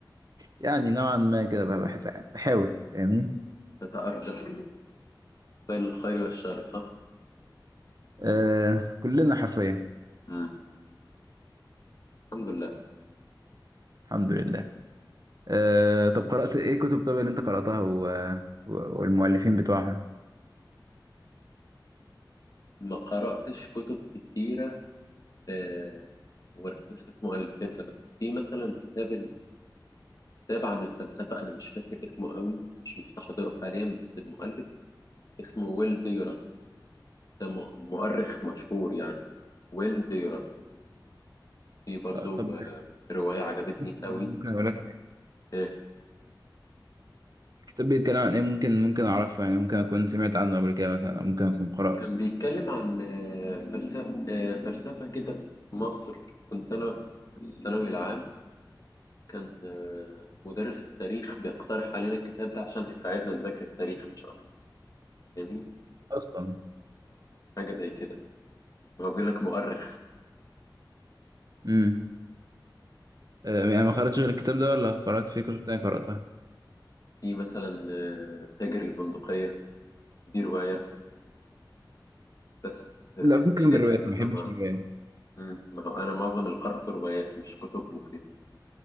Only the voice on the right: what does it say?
يعني نوعا ما كده بقى بحب بحاول فاهمني
آه كلنا حرفيا
الحمد لله آه طب قرأت ايه كتب طب اللي انت قرأتها و... و... والمؤلفين بتوعها
آه طب
ممكن
اقول لك حاجة.
الكتاب بيتكلم عن ايه ممكن ممكن اعرفه يعني ممكن اكون سمعت عنه قبل كده مثلا أو ممكن اكون قرأته
اصلا
امم آه يعني ما قرأتش غير الكتاب ده ولا قرأت فيه كتب تانية قرأتها
لا فكك
من الروايات
ما بحبش
الروايات